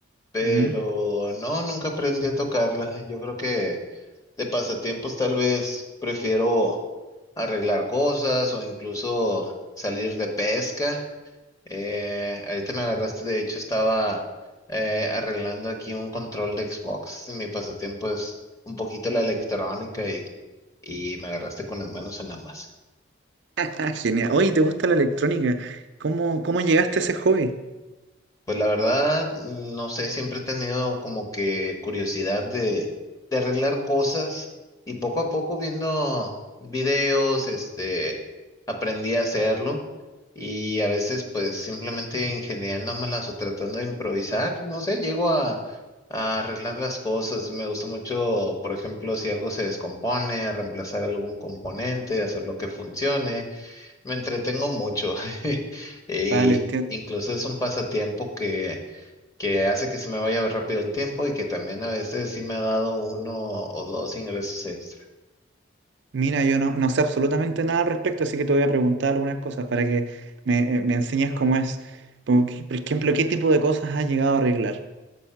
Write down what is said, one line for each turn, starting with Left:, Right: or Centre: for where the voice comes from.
Left: pero
Right: Ujú.
Left: no, nunca aprendí a tocarla. Yo creo que de pasatiempos tal vez prefiero arreglar cosas o incluso salir de pesca. Eh, ahorita me agarraste, de hecho estaba eh, arreglando aquí un control de Xbox. Mi pasatiempo es un poquito la electrónica y, y me agarraste con las manos en la masa.
Right: Ah, genial. Oye, ¿te gusta la electrónica? ¿Cómo, cómo llegaste a ese hobby?
Left: Pues la verdad, no sé, siempre he tenido como que curiosidad de, de arreglar cosas y poco a poco viendo videos, este, aprendí a hacerlo y a veces pues simplemente ingeniándomelas o tratando de improvisar, no sé, llego a, a arreglar las cosas. Me gusta mucho, por ejemplo, si algo se descompone, reemplazar algún componente, hacer lo que funcione. Me entretengo mucho. <laughs> E
Right: Vale, enti-
Left: incluso es un pasatiempo que, que hace que se me vaya rápido el tiempo y que también a veces sí me ha dado uno o dos ingresos extra.
Right: Mira, yo no, no sé absolutamente nada al respecto, así que te voy a preguntar algunas cosas para que me, eh, me enseñes cómo es. Como que, Por ejemplo, ¿qué tipo de cosas has llegado a arreglar?